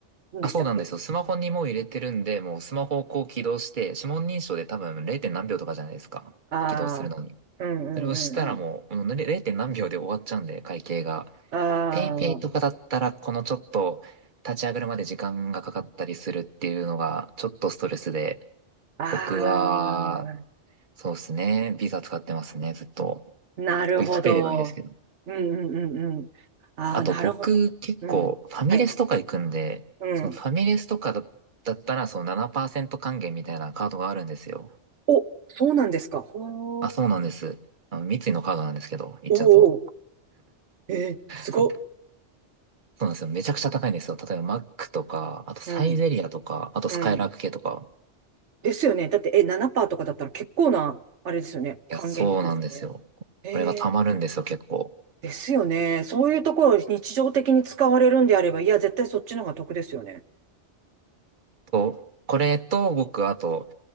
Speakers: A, on the right; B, on the right.
A: んでしたっけ
B: あ、そうなんですよ。スマホにもう入れてるんで、もうスマホをこう起動して、指紋認証で多分 0. 何秒とかじゃないですか。
A: あ
B: 起動するのに。
A: あー、うんうんうんうん。
B: それをしたらもう、もう0何秒で終わっちゃうんで、会計が。
A: あ
B: ペイペイとかだったら、このちょっと立ち上がるまで時間がかかったりするっていうのが、ちょっとストレスで、
A: あ、あ
B: 僕は、そうですね、ビザ使ってますね、ずっと。
A: あ、なるほど。
B: クイックペイでもいいですけど。
A: うんうんうんうん。ああ、
B: あと僕、
A: なるほど。
B: 結構、
A: うん。
B: ファミレスとか行くんで、
A: はい。うん。
B: そのファミレスとかだ、だったら、その7%還元みたいなカードがあるんですよ。
A: お、そうなんですか。ほう。
B: あ、そうなんです。あの三井のカードなんですけど、行っちゃうと。
A: おーおー。えー、すごっ。
B: <laughs> そのそうなんですよ。めちゃくちゃ高いんですよ。例えばマックとか、あとサイゼリアとか、
A: うん。
B: あとスカイラーク系とか。
A: うん。ですよね。だって、え、7%とかだったら結構な、あれですよね。
B: いや、
A: 還元率ですよね。
B: そうなんですよ。
A: えー、
B: これが溜まるんですよ、結構。
A: ですよね。そういうところを日常的に使われるんであれば、いや、絶対そっちの方が得ですよね。
B: と、これと僕、あと、